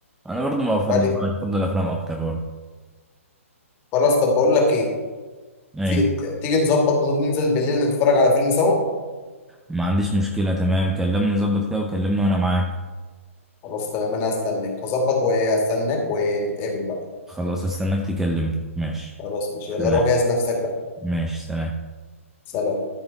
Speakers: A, in the centre; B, on the left.
A: انا برضو ما بفضل
B: بعد
A: بفضل افلام اكتر برضو
B: خلاص طب بقول لك ايه
A: ايوه
B: في تيجي نظبط وننزل بالليل نتفرج على فيلم سوا
A: ما عنديش مشكلة تمام كلمني ظبط كده وكلمني وانا معاك
B: خلاص تمام انا هستناك هظبط وهستناك ونتقابل بقى
A: خلاص استناك تكلمني ماشي
B: خلاص ماشي يلا
A: تمام.
B: روح جهز نفسك بقى
A: ماشي سلام
B: سلام